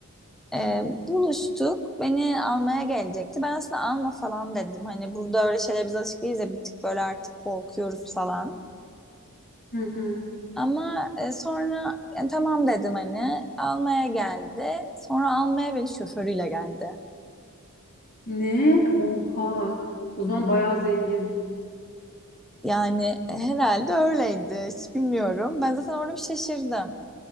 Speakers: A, in the centre; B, on the left (about 45°).
A: E, buluştuk beni almaya gelecekti ben aslında alma falan dedim hani burada öyle şeyler biz alışık değiliz ya bir tık böyle artık korkuyoruz falan.
B: Hı hı.
A: Ama e, sonra yani tamam dedim hani almaya geldi. Sonra almaya beni şoförüyle geldi.
B: Ne? Oha. O zaman bayağı zengin.
A: Yani e, herhalde öyleydi. Hiç bilmiyorum. Ben zaten orada bir şaşırdım.